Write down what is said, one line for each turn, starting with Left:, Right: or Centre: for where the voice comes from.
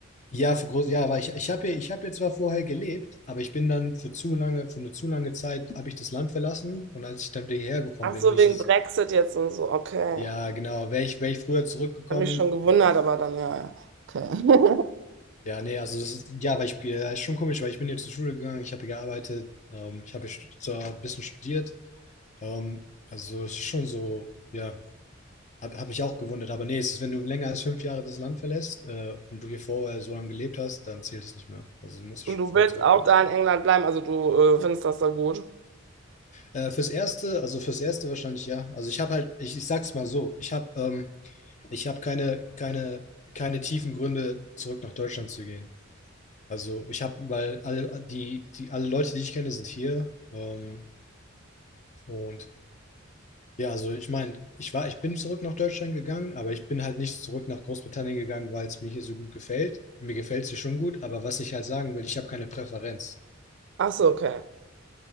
Left: Ja, für groß, ja, weil ich, ich habe hier, ich habe hier zwar vorher gelebt, aber ich bin dann für zu lange, für eine zu lange Zeit habe ich das Land verlassen und als ich dann wieder hierher gekommen
Right: Ach
Left: bin,
Right: so,
Left: hieß
Right: wegen
Left: es,
Right: Brexit jetzt und so. Okay.
Left: Ja, genau. Wäre ich, wär ich früher zurückgekommen,
Right: Hab mich schon gewundert, aber dann ja, ja. Okay. <laughs>
Left: ja, nee, also das ist, ja, weil ich, ja, ist schon komisch, weil ich bin hier zur Schule gegangen, ich habe hier gearbeitet, ähm, ich habe hier stu- zwar ein bisschen studiert, ähm, also es ist schon so, ja, hab, hab mich auch gewundert, aber nee, es ist, wenn du länger als fünf Jahre das Land verlässt, äh, und du hier vorher so lange gelebt hast, dann zählt es nicht mehr. Also du musst
Right: Und
Left: schon
Right: du
Left: früher
Right: willst
Left: zurückkommen.
Right: auch da in England bleiben, also du äh, findest das da gut.
Left: Äh, fürs Erste, also fürs Erste wahrscheinlich ja. Also ich habe halt, ich, ich sag's mal so, ich habe ähm, ich habe keine, keine, keine tiefen Gründe, zurück nach Deutschland zu gehen. Also ich habe, weil alle die, die alle Leute, die ich kenne, sind hier. Ähm, und ja, also ich meine, ich war, ich bin zurück nach Deutschland gegangen, aber ich bin halt nicht zurück nach Großbritannien gegangen, weil es mir hier so gut gefällt. Mir gefällt es hier schon gut, aber was ich halt sagen will, ich habe keine Präferenz.
Right: Ach so, okay.